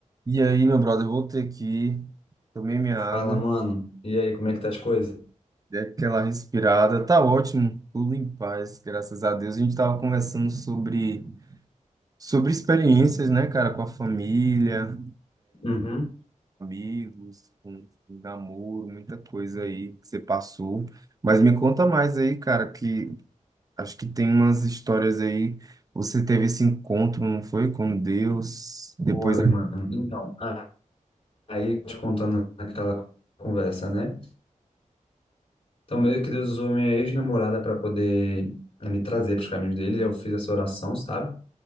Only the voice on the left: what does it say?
Fala, mano. E aí, como é que tá as coisas?
Uhum.
Oi, mano. Então, a- aí te contando aquela conversa, né? Então, meio que Deus usou minha ex-namorada para poder eh, me trazer para os caminhos dele. Eu fiz essa oração, sabe?